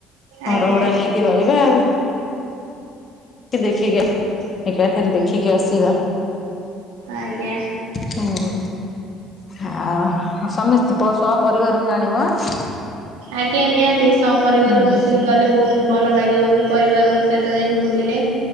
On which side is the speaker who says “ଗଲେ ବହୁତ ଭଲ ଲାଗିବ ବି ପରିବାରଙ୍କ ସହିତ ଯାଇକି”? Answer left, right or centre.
Right